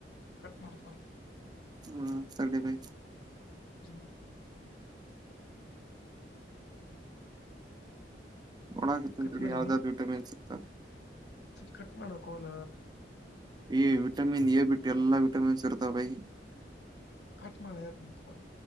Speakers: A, on the left; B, on the right.
A: ಕಟ್ ಮಾಡಾರ ಕಲ್
B: ಹ್ಮ್ ಸರ್ದ ಭಿ
A: ಹ
B: ಡಾಕತ
A: ಕಟ್
B: ೋ
A: ಮಾಡಿದಿ
B: ಆದಾದ ಜಟೆ ಮ ಸತ
A: ಕಟ್ ಮಾಡಕಲ
B: ಈ ವಿಟಮಿನ್ ಬಿಟ್ಟ ಎಲ್ಲಾ ವಿಟಮಿನ್ಸ್ ಇರ್ತಾವ ಬೈ
A: ಕಟ್ ಮಾಡಳ ಕೊಲ್